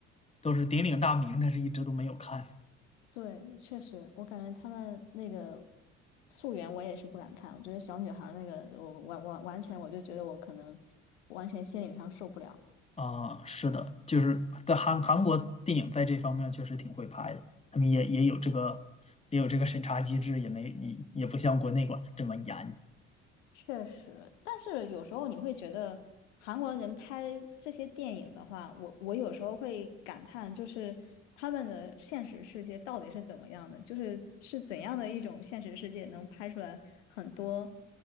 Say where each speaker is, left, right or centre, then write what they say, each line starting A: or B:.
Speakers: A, on the left (about 15°); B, on the left (about 70°).
A: 都是鼎鼎大名，但是一直都没有看。
B: 对，确实，我感觉他们那个溯源我也是不敢看，我觉得小女孩儿那个，我完完完全我就觉得我可能完全心理上受不了，
A: 啊、是的，就是在韩韩国电影在这方面确实挺会拍的，他们也也有这个也有这个审查机制，也没也也不像国内管的这么严。
B: 确实，但是有时候你会觉得韩国人拍这些电影的话，我我有时候会感叹，就是他们的现实世界到底是怎么样的，就是是怎样的一种现实世界能拍出来很多，